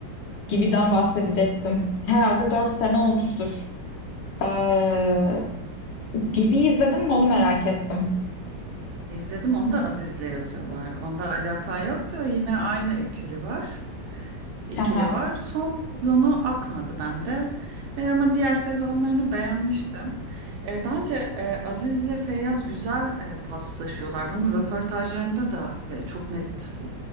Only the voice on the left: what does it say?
Gibi'den bahsedecektim. Herhalde 4 sene olmuştur. Ee, Gibi izledin mi onu merak ettim.
Haha.